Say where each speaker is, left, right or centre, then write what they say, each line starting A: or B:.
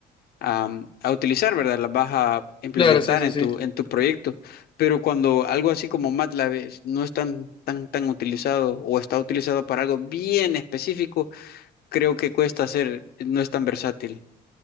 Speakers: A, on the left; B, on the left.
A: a, a utilizar, ¿verdad? Las vas a implementar
B: claro, sí, sí,
A: en
B: sí.
A: tu, en tu proyecto. Pero cuando algo así como MATLAB es- no es tan, tan, tan utilizado o está utilizado para algo bien específico, creo que cuesta hacer, no es tan versátil.